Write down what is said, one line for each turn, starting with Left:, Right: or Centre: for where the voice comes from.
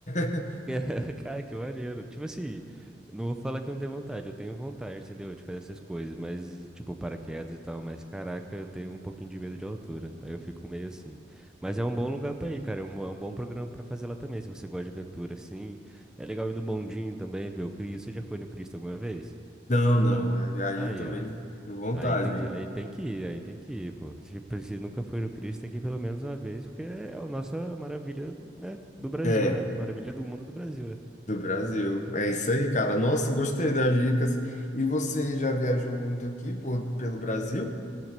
Left: <laughs>
Centre: <laughs> Cara, que maneiro. Tipo assim, eu não vou falar que eu não tenho vontade, eu tenho vontade, entendeu? De fazer essas coisas, mas, tipo, paraquedas e tal, mas caraca, eu tenho um pouquinho de medo de altura. Aí eu fico meio assim. Mas é um bom lugar pra ir, cara. É um, bo- é um bom programa pra fazer lá também, se você gosta de aventura, assim. É legal ir no bondinho também, ver o Cristo. Você já foi no Cristo alguma vez?
Left: Não, não. é, Aí
Centre: Aí,
Left: eu também
Centre: ó.
Left: tenho vontade.
Centre: Aí tem que, aí tem que ir, aí tem que ir, pô. Tipo, se nunca foi no Cristo, tem que ir pelo menos uma vez, porque é a nossa maravilha, né, do Brasil,
Left: É,
Centre: né? Maravilha do mundo do Brasil, né?
Left: do Brasil. É isso aí, cara. Nossa, gostei das dicas. E você já viajou muito aqui por, pelo Brasil?